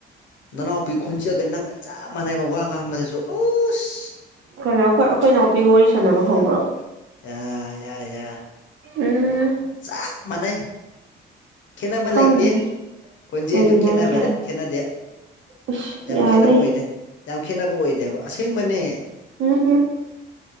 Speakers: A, on the left; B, on the right.
A: ꯅꯅꯥꯎꯄꯤ ꯈꯣꯟꯖꯑꯒ ꯅꯪꯒ ꯆꯞ ꯃꯥꯟꯅꯩꯕ ꯋꯥ ꯉꯥꯡꯕꯗꯁꯨ ꯑꯁ
B: ꯀꯩꯅꯣ ꯑꯩꯈꯣꯏ ꯑꯩꯈꯣꯏ ꯅꯥꯎꯄꯤꯒ ꯋꯥꯔꯤ ꯁꯥꯟꯅꯕ ꯐꯪꯕ꯭ꯔꯣ
A: ꯌꯥ ꯌꯥꯏ ꯌꯥꯏ
B: ꯎꯝ
A: ꯆ ꯃꯅꯦ ꯈꯦꯠꯅꯕ
B: ꯈꯪꯗꯦ
A: ꯂꯩꯇꯦ ꯈꯣꯟꯖꯦꯜꯁꯨ
B: ꯀꯩꯒꯤꯅꯣ
A: ꯈꯦꯠꯅꯕꯗ
B: ꯍꯥꯏꯁꯦ
A: ꯈꯦꯠꯅꯗꯦ
B: ꯏꯁ
A: ꯌꯥꯝ
B: ꯌꯥꯔꯦ
A: ꯈꯦꯠꯅꯕ ꯑꯣꯏꯗꯦ ꯌꯥꯝ ꯈꯦꯠꯅꯕ ꯑꯣꯏꯗꯦꯕ ꯑꯁꯦꯡꯕꯅꯦ
B: ꯎꯝ